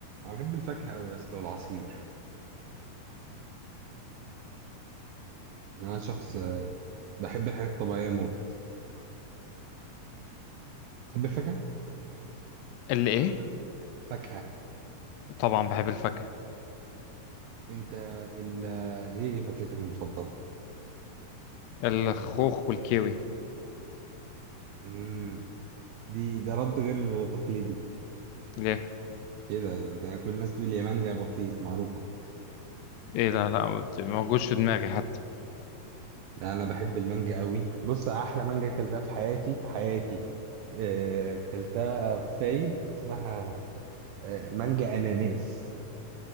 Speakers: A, on the right (about 80°); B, on the left (about 85°).
A: انا بحب الفاكهه قوي يا اسطى والعصير انا شخص بحب الحاجات الطبيعيه موت تحب الفاكهه
B: الايه
A: فاكهه
B: طبعا بحب الفاكهة
A: انت ال ايه ايه فاكهتك المفضله
B: الخوخ والكيوي
A: امم دي ده رد غير تقليدي
B: ليه
A: كده ده كل الناس تقول لي يا مانجا يا بطيخ معروفه
B: ايه ده لا ما موجودش في دماغي حتى
A: لا انا بحب المانجا قوي بص احلى مانجا اكلتها في حياتي في حياتي آه، اكلتها في فايد اسمها آه، مانجا اناناس